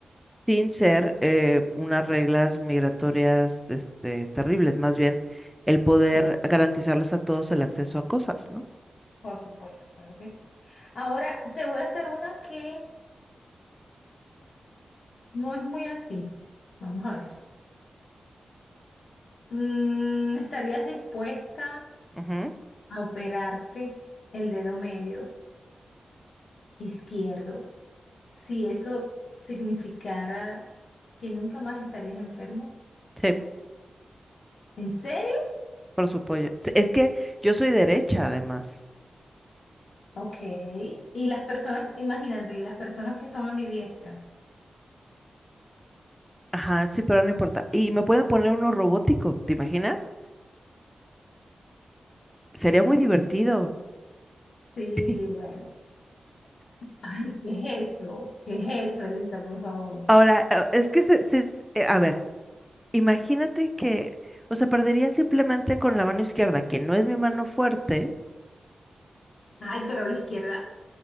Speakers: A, in the centre; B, on the left.
A: Sin ser eh, unas reglas migratorias este, terribles, más bien el poder
B: Sí,
A: garantizarles a todos el acceso a cosas, ¿no?
B: por supuesto, claro que sí. Ahora te voy a hacer una que no es muy así. Vamos a ver. Mm, ¿estarías dispuesta
A: Ujú,
B: a operarte el dedo medio izquierdo si eso significara que nunca más estarías enferma?
A: Sí,
B: ¿En serio?
A: por supuesto. Sí, Es que yo soy derecha, además.
B: Ok. Y las personas, imagínate, y las personas que son ambidiestras.
A: Ajá, sí, pero no importa. Y me pueden poner uno robótico, ¿te imaginas? Sería muy <laughs> divertido.
B: Sí,
A: <laughs>
B: bueno. Ay, ¿qué es eso? ¿Qué es eso, Elisa, por favor?
A: Ahora, a- es que se, se- se- eh, a ver, imagínate que, o sea, perdería simplemente con la mano izquierda, que no es mi mano fuerte,
B: Ay, pero la izquierda,